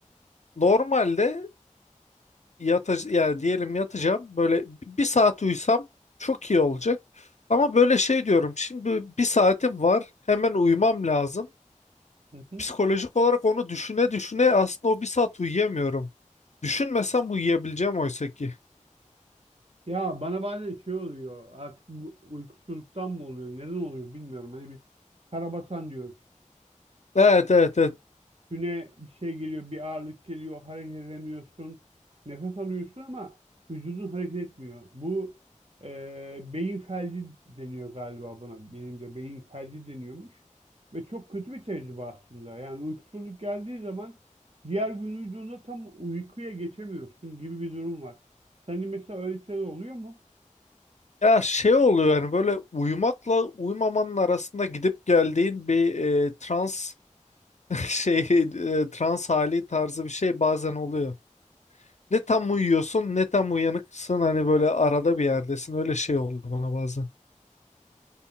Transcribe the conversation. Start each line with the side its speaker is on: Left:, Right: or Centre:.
Left: normalde yatacağım yani diyelim yatacağım böyle bir saat uyusam çok iyi olacak. Ama böyle şey diyorum şimdi bir saatim var hemen uyumam lazım.
Right: Hı hı.
Left: Psikolojik olarak onu düşüne düşüne aslında o bir saat uyuyamıyorum. Düşünmesem uyuyabileceğim oysa ki.
Right: Ya bana bazen şey oluyor artık bu uykusuzluktan mı oluyor neden oluyor bilmiyorum. Hani biz karabasan diyoruz.
Left: Evet evet evet
Right: Güne bir şey geliyor bir ağırlık geliyor hareket edemiyorsun. Nefes alıyorsun ama vücudun hareket etmiyor. Bu e, beyin felci deniyor galiba buna. Benim de beyin felci deniyormuş. Ve çok kötü bir tecrübe aslında. Yani uykusuzluk geldiği zaman diğer gün vücudunda tam uykuya geçemiyorsun gibi bir durum var. Senin mesela öyle şeyler oluyor mu?
Left: Ya şey oluyor yani böyle uyumakla uyumamanın arasında gidip geldiğin bir e, trans <laughs> şey e, trans hali tarzı bir şey bazen oluyor. Ne tam uyuyorsun ne tam uyanıksın hani böyle arada bir yerdesin öyle şey oldu bana bazen.